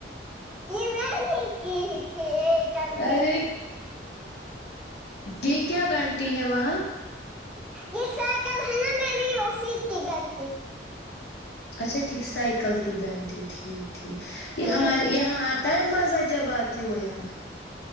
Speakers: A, in the centre; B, on the left (about 60°).
A: یہ نانی کی ہی تھی ایک گھنٹے
B: ارے یہ کیا گنٹی ہے وہاں
A: یہ سائیکل ہے نا میری اسی کی بیل تھی
B: اچھا ٹھیک سائیکل کی گھنٹی ٹھیک ٹھیک
A: ہوں
B: ہمارے یہاں آ تا ہیں مزہ جب اتی ہوں یہاں